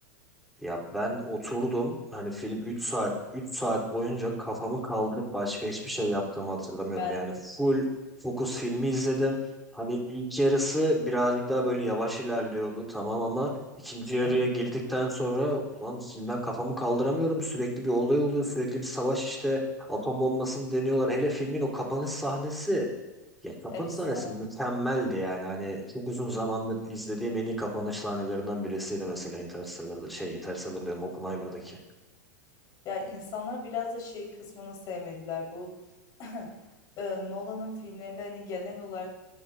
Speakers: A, in the centre; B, on the left.
A: Ya ben oturdum hani film üç saat üç saat boyunca kafamı kaldırıp başka hiçbir şey yaptığımı hatırlamıyorum.
B: Ben
A: Yani
B: de.
A: full fokus filmi izledim. Hani ilk yarısı birazcık daha böyle yavaş ilerliyordu tamam ama ikinci yarıya
B: Evet.
A: girdikten sonra ulan filmden kafamı kaldıramıyorum. Sürekli bir olay oluyor, sürekli bir savaş işte atom bombasını deniyorlar. Hele filmin o kapanış sahnesi ya kapanış
B: Efsane.
A: sahnesi mükemmeldi yani. Hani çok uzun zamandır izlediğim en iyi kapanış sahnelerinden birisiydi mesela Interstellar'da. Şey Interstellar diyorum Oppenheimer'daki.
B: Ya insanlar biraz da şey kısmını sevmediler. Bu <laughs> e, Nolan'ın filmlerinde hani genel olarak